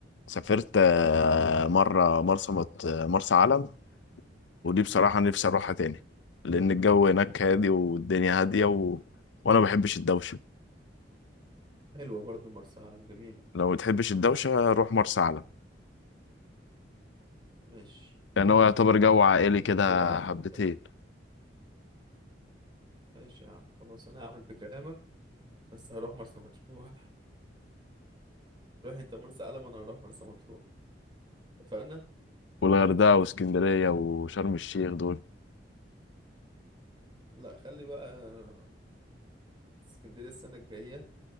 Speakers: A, on the left (about 85°); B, on the right (about 25°).
A: سافرت آه، مره مرسى مط- آه، مرسى علم ودي بصراحه نفسي اروحها تاني لان الجو هناك هادي والدنيا هاديه و... وانا ما بحبش الدوشه
B: حلوه برضو مرسى علم جميله
A: لو ما تحبش الدوشة روح مرسى علم
B: ماشي
A: يعني هو يعتبر جو عائلي كده
B: اقتراح
A: حبتين
B: حلو ماشي يا عم خلاص انا هعمل بكلامك بس هروح مرسى مطروح <laughs> روح انت مرسى علم وانا هروح مرسى مطروح اتفقنا
A: والغردقة واسكندرية وشرم الشيخ دول
B: لا خلي بقى آه، اسكندريه السنه الجايه